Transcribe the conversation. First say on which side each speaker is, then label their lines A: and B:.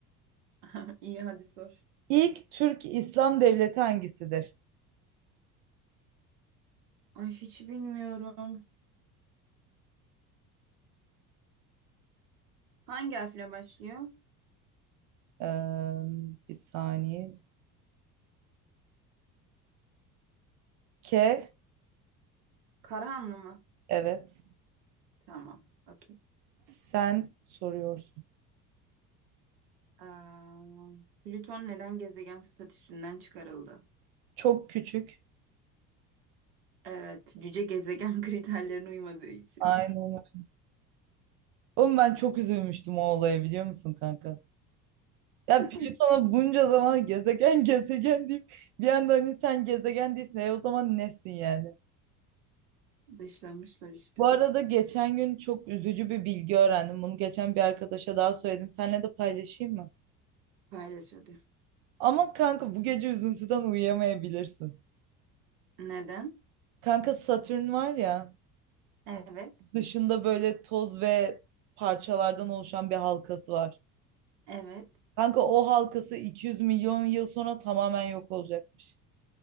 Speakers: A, on the right; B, on the right.
A: <laughs> İyi hadi sor.
B: İlk Türk İslam devleti hangisidir?
A: Ay hiç bilmiyorum. Hangi harfle başlıyor?
B: Eee, bir saniye K,
A: Karahanlı mı?
B: evet.
A: Tamam, okey.
B: Sen soruyorsun.
A: Aa, Plüton neden gezegen statüsünden çıkarıldı?
B: Çok küçük.
A: Evet, cüce gezegen <laughs> kriterlerine uymadığı için.
B: Aynen öyle. Oğlum ben çok üzülmüştüm o olaya biliyor musun kanka? Ya
A: <laughs>
B: Plüton'a bunca zaman gezegen <laughs> gezegen deyip bir anda hani sen gezegen değilsin. E o zaman nesin yani?
A: Dışlamışlar işte.
B: Bu arada geçen gün çok üzücü bir bilgi öğrendim. Bunu geçen bir arkadaşa daha söyledim. Seninle de paylaşayım mı?
A: Paylaşıldı.
B: Ama kanka bu gece üzüntüden uyuyamayabilirsin.
A: Neden?
B: Kanka Satürn var ya
A: Evet.
B: dışında böyle toz ve parçalardan oluşan bir halkası var.
A: Evet.
B: Kanka o halkası 200 milyon yıl sonra tamamen yok olacakmış.